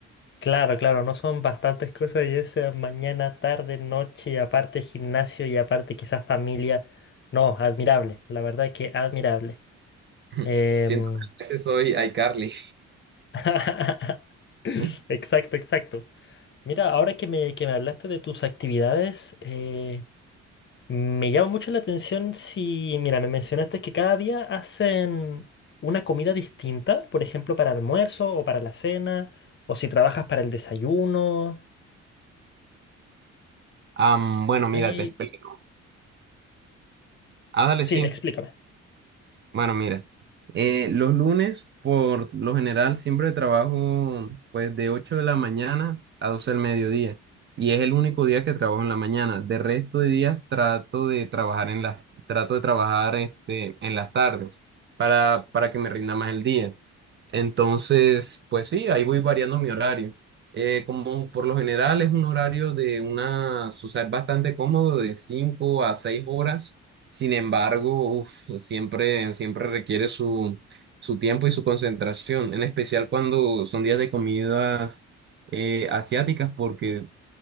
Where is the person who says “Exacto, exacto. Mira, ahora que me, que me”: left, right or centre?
Left